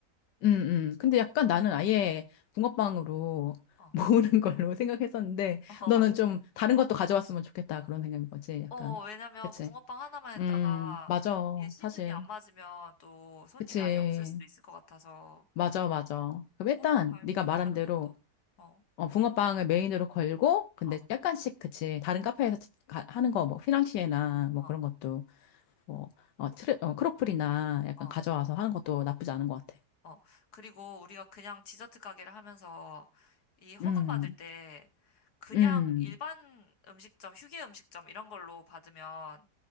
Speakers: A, on the left; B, on the left.
A: 음, 음. 근데 약간 나는 아예 붕어빵으로 <laughs>
B: 어.
A: 모으는 걸로 생각했었는데,
B: <laughs>
A: 너는 좀 다른 것도 가져왔으면 좋겠다. 그런 생각인 거지, 약간.
B: 어, 왜냐면
A: 그치?
B: 붕어빵 하나만 했다가
A: 음, 맞아.
B: 이게 시즌이
A: 사실.
B: 안 맞으면 또 손님이
A: 그치.
B: 아예 없을 수도 있을 것 같아서
A: 맞아, 맞아. 그럼
B: 붕어빵
A: 일단,
B: 말고
A: 네가 말한
B: 다른
A: 대로,
B: 것도 어,
A: 어, 붕어빵을 메인으로 걸고, 근데
B: 어,
A: 약간씩, 그치. 다른 카페에서 가- 하는 거, 뭐, 휘낭시에나, 뭐,
B: 어,
A: 그런 것도, 뭐, 어, 트레, 어, 크로플이나 약간
B: 어,
A: 가져와서 하는 것도 나쁘지 않은 것 같아.
B: 어. 그리고 우리가 그냥 디저트 가게를 하면서 이 허가
A: 음,
B: 받을 때 그냥
A: 음,
B: 일반 음식점, 휴게 음식점 이런 걸로 받으면